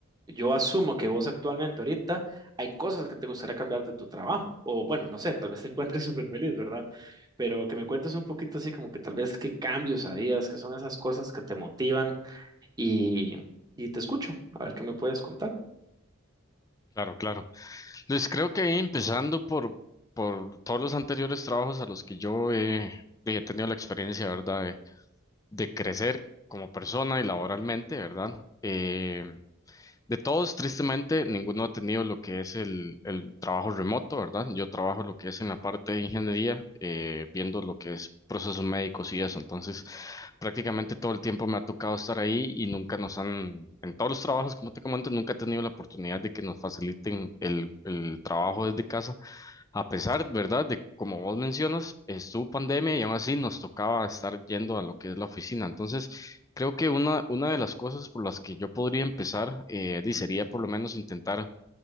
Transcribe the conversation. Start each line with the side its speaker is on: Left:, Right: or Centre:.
Right: yo asumo que vos actualmente ahorita hay cosas que te gustaría cambiar de tu trabajo. O bueno, no sé, tal vez te encuentres <laughs> súper feliz, ¿verdad? Pero que me cuentes un poquito así como que tal vez qué cambios harías, qué son esas cosas que te motivan y, y te escucho, a ver qué me puedes contar.
Left: Claro, claro. Luis, creo que empezando por, por todos los anteriores trabajos a los que yo he, he tenido la experiencia, ¿verdad? de crecer como persona y laboralmente, ¿verdad? Eh, de todos, tristemente, ninguno ha tenido lo que es el, el trabajo remoto, ¿verdad? Yo trabajo lo que es en la parte de ingeniería, eh, viendo lo que es procesos médicos y eso. Entonces, prácticamente todo el tiempo me ha tocado estar ahí y nunca nos han, en todos los trabajos, como te comento, nunca he tenido la oportunidad de que nos faciliten el, el trabajo desde casa a pesar, ¿verdad?, de como vos mencionas, estuvo pandemia y aún así nos tocaba estar yendo a lo que es la oficina. Entonces, creo que una, una de las cosas por las que yo podría empezar, eh, di, sería por lo menos intentar